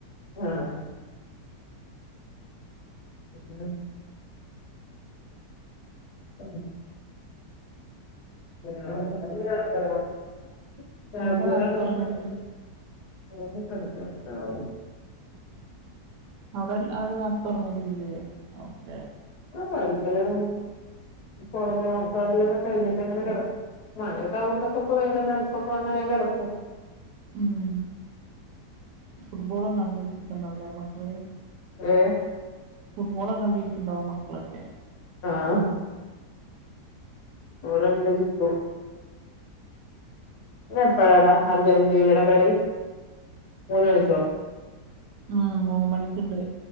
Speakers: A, on the left; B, on the right.
A: ആഹ ഉം <unintelligible> <unintelligible>
B: അവിടെ നേരത്തെ ഉറങ്ങലില്ലേ
A: <unintelligible>
B: അവിടെ ആരും നേരതോറങ്ങലില്ലേ ഓക്കേ
A: ആ പടിക്കലം കുറെ കഴിഞ്ഞിട്ട് അങ്ങനെ കിടക്കും മഴയൊക്കെ ആവുമ്പോ ഇവിടൊക്കെ വേഗം ഇ പ്പക്കെ വന്ന വേഗം കിടക്കും
B: ഉം ഫുട്ബോള കണ്ടട്ട ണ്ടാവലേ മക്കള്
A: ഏ
B: ഫുട്ബോള കണ്ടിരിക്കണ്ടാവും മക്കളൊക്കെ
A: ആഹ അടെണ്ട ചിക്കും ഇനിപ്പഴാടാ അർജെന്റീനടെ കളി മൂന്നണിക്കോ
B: ഉം മൂന്ന് മണിക്കുണ്ട്